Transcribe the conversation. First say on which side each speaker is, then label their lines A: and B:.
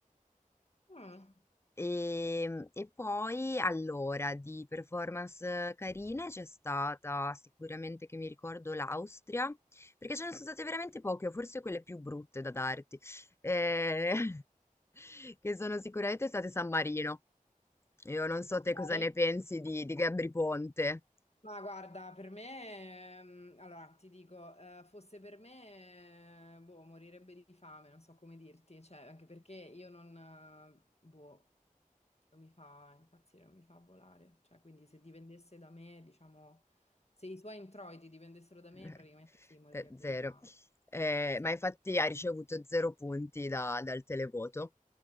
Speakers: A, on the left; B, on the left.
A: Mm,
B: E, e poi allora di performance carine c'è stata sicuramente che mi ricordo l'Austria, perché ce ne sono state veramente poche, o forse quelle più brutte da darti, eh, <laughs> che sono sicuramente state San Marino. Io non so
A: ok.
B: te cosa ne pensi di, di Gabri Ponte.
A: Ma guarda, per me, ehm, allora ti dico, eh, fosse per me, eh, boh, morirebbe di fame, non so come dirti, cioè, anche perché io non, eh, boh, non mi fa impazzire, non mi fa volare, cioè, quindi se dipendesse da me, diciamo, se i suoi introiti dipendessero da me,
B: Eh,
A: praticamente sì, morirebbe
B: te- Zero.
A: di fame,
B: Eh,
A: sì.
B: ma infatti ha ricevuto zero punti da- dal televoto.